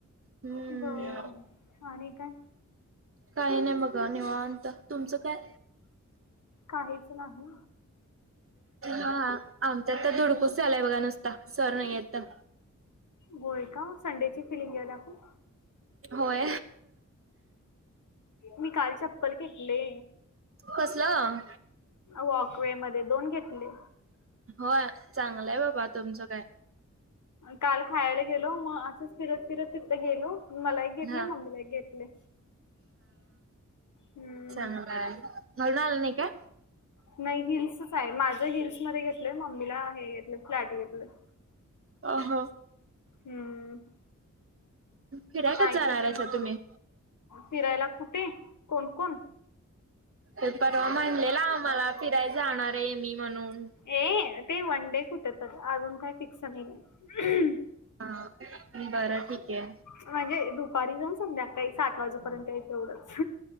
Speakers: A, on the right (about 45°); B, on the left (about 80°).
A: हम्म
B: बर आणि काय
A: काही नाही बघ निवात तुमचं काय
B: काहीच नाही
A: हा आमच्या आता धुडकूस झालाय बघा नुसता सर नाही आहे तर
B: होय का संडेची फिलिंग घ दाखवून
A: होय
B: मी काल चप्पल घेतले
A: कसलं
B: वॉकवे मध्ये दोन घेतले
A: हो चांगलंय बाबा तुमचं काय
B: काल खायला गेलो मग असंच फिरत फिरत तिथं गेलो मला एक घेतले
A: हा
B: मम्मीला एक घेतले हम्म
A: चांगलाय घलून आलं नाही का?
B: नाही हिल्सच आहे माझं हिल्स मध्ये घेतलंय मम्मीला हे घेतलं फ्लॅट घेतलं
A: अ ह
B: हम्म
A: फिरायकच
B: नाही
A: जाणार आहे तुम्ही
B: फिरायला कुठे कोणकण
A: तर परवा म्हणलेला आ मला फिरायला जाणार आहे मी म्हणून
B: ए ते वन डे कुठे तर अजून काय फिक्सन नाही नाही
A: हा बरं ठीक आहे
B: म्हणजे दुपारी जाऊन संध्याकाळी सात वाजेपर्यंत याय एवढंच